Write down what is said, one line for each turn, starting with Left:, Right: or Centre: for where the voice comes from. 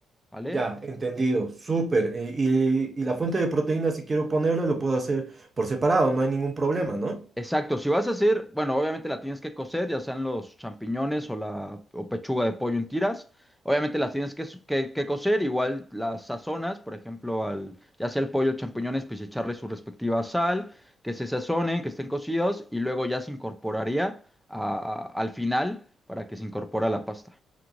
Centre: ¿vale?
Right: Ya, entendido, súper. eh, Y, y la fuente de proteína, si quiero ponerle, lo puedo hacer por separado, no hay ningún problema, ¿no?
Centre: Exacto, si vas a hacer, bueno, obviamente la tienes que cocer, ya sean los champiñones o la o pechuga de pollo en tiras. Obviamente las tienes que, s- que, que cocer, igual las sazonas, por ejemplo, al, ya sea el pollo o champiñones, pues echarle su respectiva sal, que se sazonen, que estén cocidos y luego ya se incorporaría a- a- al final para que se incorpore la pasta.